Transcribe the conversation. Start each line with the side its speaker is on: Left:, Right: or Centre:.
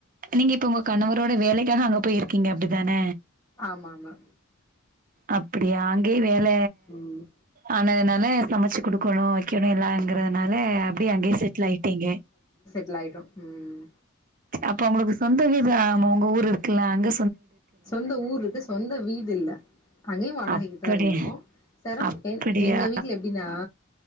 Right: நீங்க இப்ப உங்க கணவரோட வேலக்காக அங்க போயிரு க்கீங்க அப்டிதான
Left: ஆமா ஆமா
Right: அப்டியா அங்கேயே வேல
Left: ம்
Right: ஆனதுனால அதனால சமச்சு குடுக்கணோம் வெக்கணோயெல்லாம் அங்க அதனால அப்டியே அங்கேயே செட்டில் ஆயிட்டீங்க
Left: டில் ஆயிட்டோ ம்
Right: அப்ப உங்களுக்கு சொந்த வீடு உங்க ஊர் இருக்குல்ல அந்த
Left: சொந்த ஊருயிருக்கு சொந்த வீடுயில்ல அங்கேயோ வாடகைக்குதா
Right: அப்படி
Left: இருந்தோம் செரவு
Right: அப்படியா
Left: எங்க வீட்டுல எப்டின்னா <inaudible>